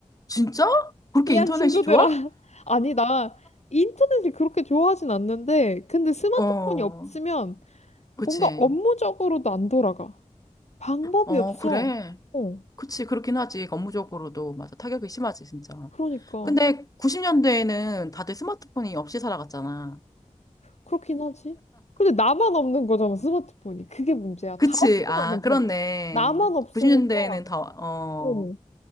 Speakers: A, on the left; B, on the left.
A: 진짜? 그렇게
B: 미안,
A: 인터넷이
B: 친구들아.
A: 좋아?
B: <laughs> 아니, 나 인터넷을 그렇게 좋아하진 않는데, 근데 스마트폰이
A: 어,
B: 없으면
A: 그치.
B: 뭔가 업무적으로도 안 돌아가. 방법이
A: 어,
B: 없어.
A: 그래.
B: 어,
A: 그치, 그렇긴 하지. 업무적으로도, 맞아. 타격이 심하지, 진짜.
B: 그러니까.
A: 근데 90년대에는 다들 스마트폰이 없이 살아갔잖아.
B: 그렇긴 하지. 근데 나만 없는 거잖아, 스마트폰이. 그게 문제야.
A: 그치.
B: 다 없으면
A: 아,
B: 괜찮아.
A: 그렇네.
B: 나만 없으니까.
A: 90년대에는 다, 어,
B: 어.